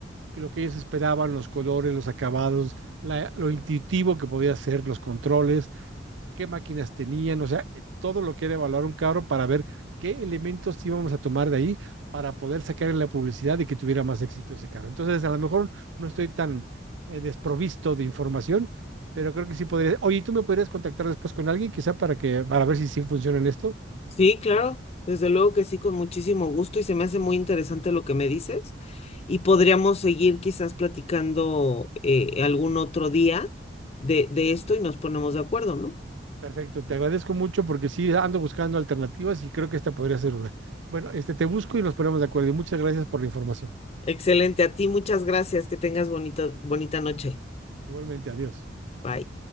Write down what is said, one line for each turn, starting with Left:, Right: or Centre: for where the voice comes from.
Right: que lo que ellos esperaban, los colores, los acabados, la- lo intuitivo que podía ser, los controles, qué máquinas tenían, o sea, eh, todo lo que era evaluar un carro para ver qué elementos íbamos a tomar de ahí para poder sacar en la publicidad y que tuviera más éxito ese carro. Entonces, a lo mejor no estoy tan eh, desprovisto de información, pero creo que sí podría. Oye, ¿tú me podrías contactar después con alguien, quizá para que, para ver si sí funciona en esto?
Left: Sí, claro, desde luego que sí, con muchísimo gusto y se me hace muy interesante lo que me dices y podríamos seguir quizás platicando eh, algún otro día de, de esto y nos ponemos de acuerdo, ¿no?
Right: Perfecto, te agradezco mucho porque sí ando buscando alternativas y creo que esta podría ser una. Bueno, este te busco y nos ponemos de acuerdo. Y muchas gracias por la información.
Left: Excelente, a ti muchas gracias, que tengas bonito, bonita noche.
Right: Igualmente, adiós.
Left: Bye.